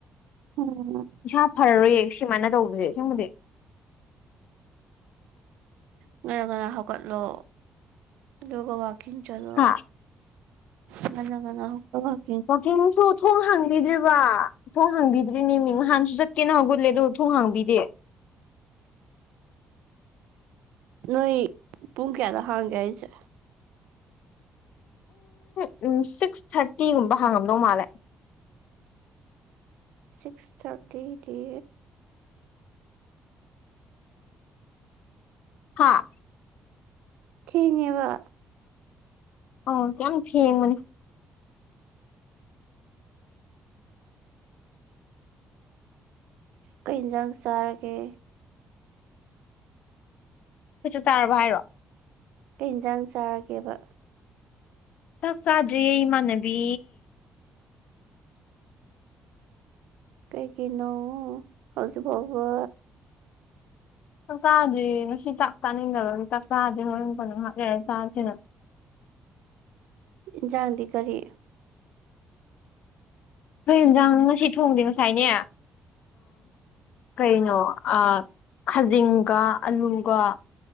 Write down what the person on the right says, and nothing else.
ꯎꯝ
ꯉꯟꯅ ꯉꯟꯅ ꯍꯧꯒꯠꯂꯣ ꯑꯗꯨꯒ ꯋꯥꯀꯤꯡ ꯆꯠꯂꯣ
ꯉꯟꯅ ꯉꯟꯅ ꯍꯧꯒꯠ
ꯅꯣꯏ ꯄꯨꯡ ꯀꯌꯥꯗ ꯍꯥꯡꯒꯦ ꯍꯥꯏꯖꯦ
ꯁꯤꯛꯁ ꯊꯥꯔꯇꯤ ꯗꯤ
ꯊꯦꯡꯉꯦꯕ
ꯀꯩ ꯏꯟꯖꯥꯡ ꯆꯥꯔꯒꯦ
ꯀꯩ ꯏꯟꯖꯥꯡ ꯆꯥꯔꯒꯦꯕ
ꯀꯩꯒꯤꯅꯣ ꯍꯧꯖꯤꯛꯐꯥꯎꯕ
ꯏꯟꯁꯥꯡꯗꯤ ꯀꯔꯤ